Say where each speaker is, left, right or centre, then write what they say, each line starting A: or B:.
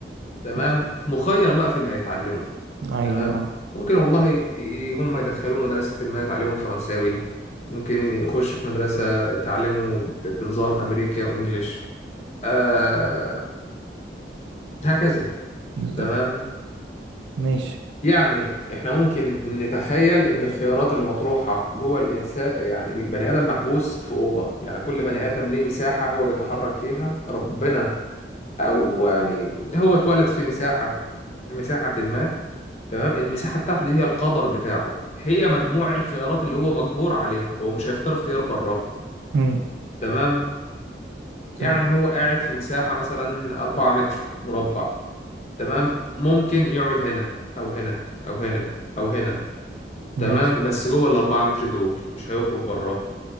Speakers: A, on the left; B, on the right.
A: تمام
B: بس
A: مخير بقى في اللي هيتعلمه
B: ايوه
A: تمام ممكن والله ي- هم يدخلوه مدرسة ما يتعلموا الفرنساوي ممكن يخش في مدرسة تعلمه ب- بنظام أمريكا وإنجليش آه هكذا
B: بالظبط
A: تمام
B: ماشي
A: يعني احنا ممكن نتخيل ان الخيارات اللي مطروحة جوه الانسان يعني البني ادم محبوس في اوضة يعني كل بني ادم ليه مساحة هو بيتحرك فيها ربنا او يعني هو اتولد في مساحة في مساحة ما تمام المساحة بتاعته دي هي القدر بتاعه هي مجموع الخيارات اللي هو مجبور عليها هو مش هيختار اختيار براها
B: مم.
A: تمام يعني
B: طيب،
A: هو قاعد في مساحة مثلا 4 متر مربع تمام ممكن يقعد هنا او هنا او هنا او هنا
B: ماشي
A: تمام بس جوه الأربعة متر دول مش هيخرج براها